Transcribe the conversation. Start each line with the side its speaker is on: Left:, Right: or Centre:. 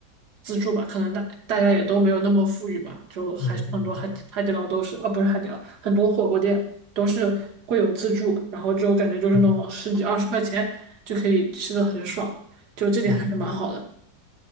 Right: 自助吧，可能大大家也都没有那么富裕吧，就还是很多海底海底捞都是，
Left: 嗯
Right: 呃，不是海底捞，很多火锅店都是会有自助，然后就感觉就是那种十几二十块钱就可以吃的很爽，
Left: 嗯
Right: 就这点还是蛮好的。
Left: 嗯